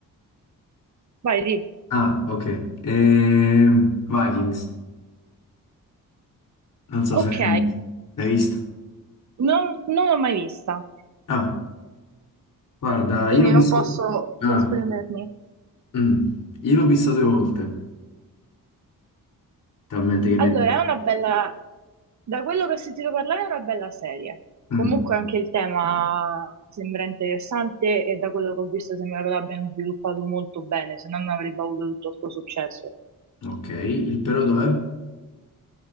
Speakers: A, on the right; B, on the left.
A: Vai, di.
B: Ah, ok. Ehm, Vikings, non so
A: Ok,
B: se l'hai l'hai vista.
A: non, non l'ho mai vista,
B: Ah, guarda,
A: quindi
B: io l'ho vista...
A: non posso
B: Ah,
A: esprimermi.
B: mm. Io l'ho vista due volte, talmente che mi
A: Allora,
B: è piaciuta.
A: è una bella... Da quello che ho sentito parlare è una bella serie. Comunque
B: Mm,
A: anche il tema sembra interessante e da quello che ho visto sembra che l'abbiano sviluppato molto bene, se no non avrebbe avuto tutto questo successo.
B: Ok, il però dov'è?